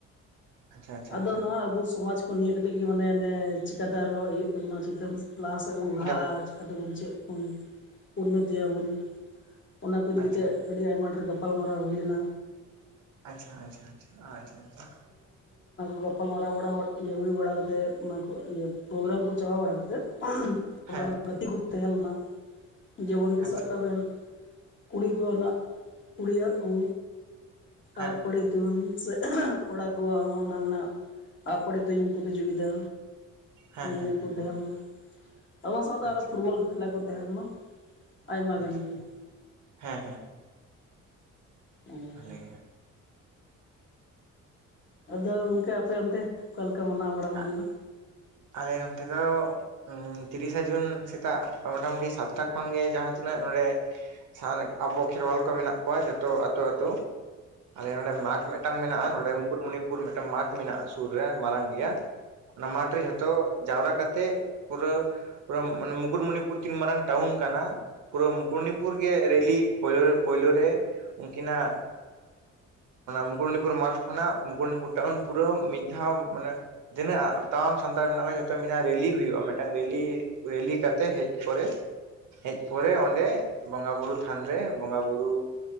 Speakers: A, on the right (about 80°); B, on the left (about 40°).
A: ᱟᱪᱪᱷᱟ ᱟᱪᱪᱷᱟ
B: ᱟᱫᱚ
A: ᱟᱪᱪᱷᱟ
B: ᱱᱚᱣᱟ ᱟᱵᱚ ᱥᱚᱢᱟᱡ ᱠᱚ ᱱᱤᱭᱟᱹ ᱠᱟᱛᱮ ᱜᱮ ᱢᱟᱱᱮ ᱚᱱᱮ ᱪᱮᱠᱟᱛᱮ ᱟᱨᱦᱚᱸ ᱤᱭᱟᱹ ᱚᱱᱟ ᱪᱤᱠᱟᱹᱱ <unintelligible> ᱞᱟᱦᱟ ᱥᱮᱫ ᱵᱚᱱ ᱞᱟᱦᱟᱜᱼᱟ
A: ᱰᱟᱹᱵ
B: ᱪᱤᱠᱟᱹ ᱛᱮᱵᱚᱱ ᱪᱮᱫ ᱩᱱ ᱩᱱᱱᱚᱛᱤᱭᱟᱵᱚᱱ ᱚᱱᱟ ᱠᱚ ᱤᱫᱤ
A: ᱟᱪᱪᱷᱟ
B: ᱠᱟᱛᱮ ᱟᱹᱰᱤ ᱟᱭᱢᱟ ᱰᱷᱮᱨ ᱜᱟᱯᱟᱞᱢᱟᱨᱟᱣ ᱦᱩᱭ ᱞᱮᱱᱟ
A: ᱟᱪᱪᱷᱟ ᱟᱪᱪᱷᱟ ᱟᱪᱪᱷᱟ ᱟᱪᱪᱷᱟ
B: ᱜᱟᱯᱟᱞ ᱢᱟᱨᱟᱣ ᱵᱟᱲᱟ ᱤᱭᱟᱹ ᱦᱩᱭ ᱵᱟᱲᱟ ᱠᱟᱛᱮᱫ ᱚᱱᱟ ᱠᱚ ᱤᱭᱟᱹ ᱯᱨᱳᱜᱨᱟᱢ ᱠᱚ ᱪᱟᱵᱟ ᱵᱟᱲᱟᱛᱮᱫ <unintelligible>
A: ᱦᱮᱸ
B: ᱜᱟᱛᱮ ᱠᱚ ᱛᱟᱦᱮᱸ ᱞᱮᱱᱟ ᱡᱮᱢᱚᱱ ᱠᱤ
A: ᱟᱪᱪᱷᱟ
B: ᱥᱟᱵ ᱠᱟᱜ ᱵᱮᱱ ᱠᱩᱲᱤ ᱠᱚᱱᱟᱜ ᱠᱩᱲᱤᱭᱟᱜ ᱠᱩ
A: ᱦᱮᱸ
B: ᱟᱯᱟᱲᱤ ᱛᱩᱧ ᱥᱮ ᱠᱚᱲᱟ ᱠᱚᱣᱟᱜ ᱦᱚᱸ ᱚᱱᱟ ᱨᱮᱱᱟᱜ ᱟᱯᱟᱲᱤ ᱛᱩᱧ ᱯᱨᱚᱛᱤᱡᱳᱜᱤᱛᱟ
A: ᱦᱮᱸ
B: ᱤᱱᱟᱹ
A: ᱦᱮᱸ
B: ᱠᱚ
A: ᱦᱮᱸ
B: ᱛᱟᱦᱮᱸ
A: ᱦᱮᱸ
B: ᱞᱮᱱᱟ ᱚᱱᱟ ᱥᱟᱶᱛᱮ
A: ᱟᱪᱪᱷᱟ
B: ᱟᱨ ᱦᱚᱸ ᱯᱷᱩᱴᱵᱚᱞ ᱠᱷᱮᱞᱟ ᱠᱚ ᱛᱟᱦᱮᱸ ᱞᱮᱱᱟ ᱟᱭᱢᱟ
A: ᱟᱪᱪᱷᱟ
B: ᱜᱟᱱ ᱜᱮ
A: ᱦᱮᱸ ᱦᱮᱸ
B: ᱚ
A: ᱵᱷᱟᱞᱮ ᱜᱮ
B: ᱟᱫᱚ ᱜᱚᱢᱠᱮ ᱟᱯᱮ ᱚᱱᱛᱮ ᱚᱠᱟ ᱞᱮᱠᱟ ᱢᱟᱱᱟᱣ ᱵᱟᱲᱟ ᱦᱩᱭ
A: ᱟ-
B: ᱞᱮᱱᱟ
A: ᱟᱞᱮ ᱚᱱᱚᱛᱮ ᱫᱚ ᱛᱤᱨᱤᱥᱟ ᱡᱩᱱ ᱥᱮᱛᱟᱜ ᱢᱚᱴᱟᱢᱩᱴᱤ ᱥᱟᱛᱴᱟ ᱠᱷᱚᱱᱜᱮ ᱡᱟᱦᱟᱸᱛᱤᱱᱟᱹᱜ ᱱᱚᱰᱮ ᱥᱟᱵᱷᱟᱵᱤᱠ ᱟᱵᱚ ᱠᱷᱮᱨᱣᱟᱞ ᱠᱚ ᱢᱮᱱᱟᱜ ᱠᱚᱣᱟ ᱡᱷᱚᱛᱚ ᱟᱹᱛᱩ ᱟᱹᱛᱩ ᱟᱞᱮ ᱱᱚᱰᱮ ᱢᱟᱜ ᱢᱤᱫᱴᱟᱝ ᱢᱮᱱᱟᱜᱼᱟ ᱱᱚᱰᱮ ᱢᱩᱠᱩᱴᱢᱩᱱᱤᱯᱩᱨ ᱢᱤᱫᱴᱟᱝ ᱢᱟᱴᱷᱚ ᱢᱮᱱᱟᱜᱼᱟ ᱥᱩᱨ ᱨᱮ ᱢᱟᱨᱟᱝ ᱜᱮᱭᱟ ᱚᱱᱟ ᱢᱟᱴ ᱨᱮ ᱡᱷᱚᱛᱚ ᱡᱟᱣᱨᱟ ᱠᱟᱛᱮ ᱯᱩᱨᱟᱹ ᱢᱩᱠᱩᱴᱢᱩᱱᱤᱯᱩᱨ ᱛᱤᱱ ᱢᱟᱨᱟᱝ ᱴᱟᱣᱩᱱ ᱠᱟᱱᱟ ᱯᱩᱨᱟᱹ ᱢᱩᱠᱩᱴᱢᱩᱱᱤᱯᱩᱨ ᱜᱮ ᱨᱮᱞᱤ ᱯᱩᱭᱞᱳ ᱨᱮ ᱯᱩᱭᱞᱳ ᱨᱮ ᱩᱱᱠᱤᱱᱟᱜ ᱢᱩᱠᱩᱴᱢᱩᱱᱤᱯᱩᱨ ᱢᱟᱴᱷ ᱠᱷᱚᱱᱟᱜ ᱢᱩᱠᱩᱴᱢᱩᱱᱤᱯᱩᱨ ᱴᱟᱣᱩᱱ ᱯᱩᱨᱟᱹ ᱢᱤᱫ ᱫᱷᱟᱣ ᱢᱟᱱᱮ ᱛᱤᱱᱟᱹᱜ ᱥᱟᱱᱛᱟᱲ ᱢᱮᱱᱟᱜ ᱠᱚᱣᱟ ᱡᱷᱚᱛᱚ ᱢᱤᱫᱴᱟᱝ ᱨᱮᱞᱤ ᱦᱩᱭᱩᱜᱼᱟ ᱢᱤᱫᱴᱟᱝ ᱨᱮᱞᱤ ᱨᱮᱞᱤ ᱠᱟᱛᱮ ᱦᱮᱡ ᱯᱚᱨᱮ ᱦᱮᱡ ᱯᱚᱨᱮ ᱚᱰᱮ ᱵᱚᱸᱜᱟ ᱵᱩᱨᱩ ᱛᱷᱟᱱᱨᱮ ᱵᱚᱸᱜᱟ ᱵᱩᱨᱩ